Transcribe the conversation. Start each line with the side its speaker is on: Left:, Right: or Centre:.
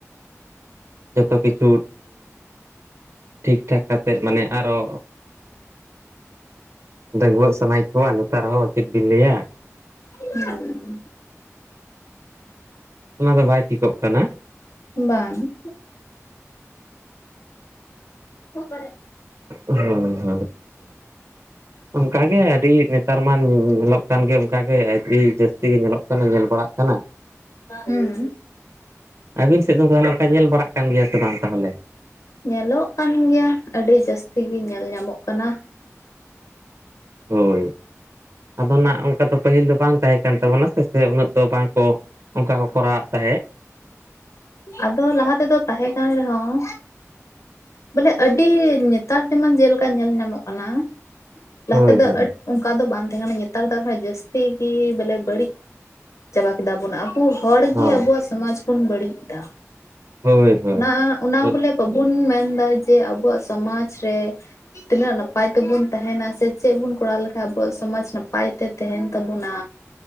Right: ᱡᱚᱛᱚ ᱠᱤᱪᱷᱩ ᱴᱷᱤᱠ ᱴᱷᱟᱠ ᱠᱟᱛᱮᱫ ᱢᱟᱱᱮ ᱟᱨᱚ ᱰᱟᱹᱜᱩᱣᱟᱹᱜ ᱥᱟᱱᱟᱭᱮᱫ ᱠᱚᱣᱟ᱾ ᱱᱮᱛᱟᱨ ᱦᱚᱸ ᱪᱮᱫ ᱵᱤᱱ ᱞᱟᱹᱭᱟ?
Left: ᱦᱩᱸ,
Right: ᱚᱱᱟ ᱫᱚ ᱵᱟᱭ ᱴᱷᱤᱠᱚᱜ ᱠᱟᱱᱟ
Left: ᱵᱟᱝ, <inaudible>
Right: ᱦᱳᱭ ᱦᱳᱭ ᱚᱝᱠᱟ ᱜᱮ ᱟᱹᱰᱤ ᱱᱮ ᱛᱟᱨ ᱢᱟ ᱧᱮᱞᱚᱜ ᱠᱟᱱ ᱜᱮ ᱚᱝᱠᱟᱜᱮ ᱟᱰᱤ ᱡᱟᱹᱥᱛᱤ ᱜᱮ ᱧᱮᱞᱚᱜ ᱠᱟᱱᱟ ᱧᱮᱞ ᱵᱟᱲᱟᱜ ᱠᱟᱱᱟ᱾
Left: ᱦᱩᱸ,
Right: ᱟᱹᱵᱤᱱ ᱥᱮᱫ ᱫᱚ ᱩᱝᱠᱟ ᱛᱟᱦᱞᱮ ᱧᱮᱞ ᱵᱟᱲᱟᱜ ᱠᱟᱱ ᱜᱮᱭᱟ ᱥᱮ ᱵᱟᱝ ᱛᱟᱦᱚᱞᱮ?
Left: ᱧᱮᱞᱚᱜ ᱠᱟᱱ ᱜᱮᱭᱟ ᱟᱹᱰᱤ ᱡᱟᱥᱛᱤ ᱜᱤ ᱧᱮᱞ ᱧᱟᱢᱚᱜ ᱠᱟᱱᱟ᱾
Right: ᱦᱳᱭ, ᱟᱫᱚ ᱱᱟᱜ ᱚᱱᱠᱟ ᱫᱚ ᱯᱟᱹᱦᱤᱞ ᱫᱚ ᱵᱟᱝ ᱛᱟᱦᱮᱸ ᱠᱟᱱ ᱛᱟᱵᱚᱱᱟ ᱥᱮ, ᱥᱮ ᱩᱱᱟᱹᱜ ᱫᱚ ᱵᱟᱝᱠᱚ ᱚᱱᱠᱟ ᱠᱚ ᱠᱚᱨᱟᱣᱮᱫ ᱛᱟᱦᱮᱸᱫ,
Left: ᱟᱫᱚ ᱞᱟᱦᱟ ᱛᱮᱫᱚ ᱛᱟᱦᱮᱸ ᱠᱟᱱ ᱨᱮᱦᱚᱸ ᱵᱚᱞᱮ ᱟᱹᱰᱤ ᱧᱮᱛᱟᱨ ᱡᱮᱢᱚᱱ ᱡᱮᱞᱮᱠᱟ ᱧᱮᱞ ᱧᱟᱢᱚᱜ ᱠᱟᱱᱟ ᱞᱟᱦᱟ
Right: ᱦᱳᱭ
Left: ᱛᱮᱫᱚ
Right: ᱦᱳᱭ
Left: ᱟᱰ ᱚᱝᱠᱟ ᱫᱚ ᱵᱟᱝ ᱛᱟᱦᱮᱸ ᱠᱟᱱᱟ ᱧᱮᱛᱟᱨ ᱫᱚ ᱟᱨᱦᱚᱸ ᱡᱟᱹᱥᱛᱤ ᱜᱤ ᱵᱚᱞᱮ ᱵᱟᱹᱲᱤᱡ ᱪᱟᱵᱟ ᱠᱮᱫᱟ ᱵᱚᱞᱮ᱾ ᱩᱝᱠᱩ ᱦᱚᱲ
Right: ᱦᱳᱭ
Left: ᱜᱮ ᱟᱵᱚᱣᱟᱜ ᱥᱚᱢᱟᱡᱽ ᱵᱚᱱ ᱵᱟᱹᱲᱤᱡ ᱮᱫᱟ᱾
Right: ᱦᱳᱭ
Left: ᱚᱱᱟ ᱚᱱᱟ
Right: ᱦᱳᱭ
Left: ᱵᱚᱞᱮ ᱵᱟᱵᱩᱱ ᱢᱮᱱᱫᱟ ᱡᱮ ᱟᱵᱚᱣᱟᱜ ᱥᱚᱢᱟᱡ ᱨᱮ ᱛᱤᱱᱟᱹᱜ ᱱᱟᱯᱟᱭ ᱛᱮᱵᱩᱱ ᱛᱟᱦᱮᱸᱱᱟ ᱥᱮ ᱪᱮᱫ ᱵᱚᱱ ᱠᱚᱨᱟᱣ ᱞᱮᱠᱷᱟᱱ ᱟᱵᱩᱣᱟᱜ ᱥᱚᱢᱟᱡ ᱱᱟᱯᱟᱭ ᱛᱮ ᱛᱟᱦᱮᱸᱱ ᱛᱟᱵᱩᱱᱟ᱾